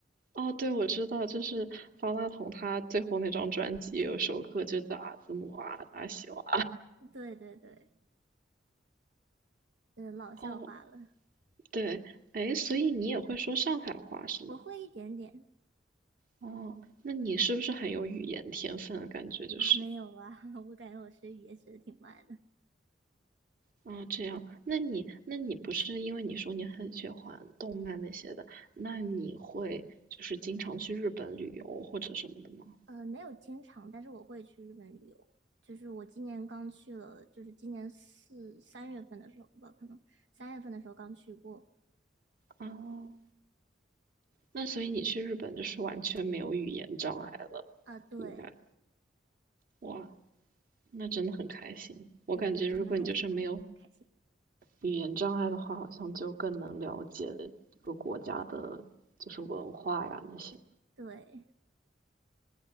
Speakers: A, on the right; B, on the right.
A: 哦，对，我知道，就是方大同他最后那张专辑有首歌就叫《阿兹姆啊达西瓦》。
B: 对对对，就是老笑话了。
A: 哦，对，哎，所以你也会说上海话是吗？
B: 我会一点点。
A: 哦，那你是不是很有语言天分的感觉？
B: <laughs>
A: 就是，
B: 啊，没有啊，<laughs> 我感觉我学语言学的挺慢的。
A: 啊、这样，那你那你不是因为你说你很喜欢动漫那些的，那你会就是经常去日本旅游或者什么的吗？
B: 呃，没有经常，但是我会去日本旅游。就是我今年刚去了，就是今年四三月份的时候吧，可能三月份的时候刚去过。
A: 哦，那所以你去日本就是完全没有语言障碍了，
B: 啊，对
A: 应该，哇，那真的很开心。我感觉如果你就是没有
B: 对对，真的还挺开开心。
A: 语言障碍的话，好像就更能了解一个国家的，就是文化呀那些。
B: 对，